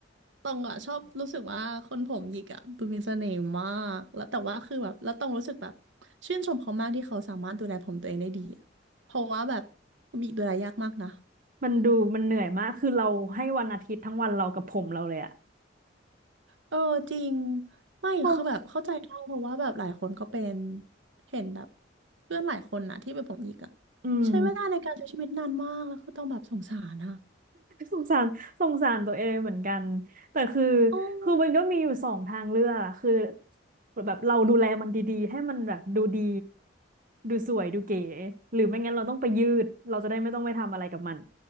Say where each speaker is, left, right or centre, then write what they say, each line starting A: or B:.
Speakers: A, on the right; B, on the right.
A: ตรงอะชอบรู้สึกว่าคนผมหยิกอะดูมีเสน่ห์มากแล้วแต่ว่าคือแบบแล้วตรงรู้สึกแบบชื่นชมเขามากที่เขาสามารถดูแลผมตัวเองได้ดีอะเพราะว่าแบบผมหยิกดูแลยากมากนะ
B: มันดูมันเหนื่อยมากคือเราให้วันอาทิตย์ทั้งวันเรากับผมเราเลยอะ
A: เออจริงไม่คือแบบเข้าใจได้เพราะว่าแบบหลายคนก็เป็น
B: โอ้
A: เห็นแบบเพื่อนหลายคนนะที่เป็นผมหยิกอะ
B: อืม
A: ใช้เวลาในการใช้ชีวิตนานมากแล้วก็ต้องแบบสงสารอะ
B: สงสารสงสารตัวเองเหมือนกันแต่คือ
A: โอ้
B: คือมันก็มีอยู่สองทางเลือกอะคือแบบเราดูแลมันดีๆให้มันแบบดูดีดูสวยดูเก๋หรือไม่งั้นเราต้องไปยืดเราจะได้ไม่ต้องไปทำอะไรกับมัน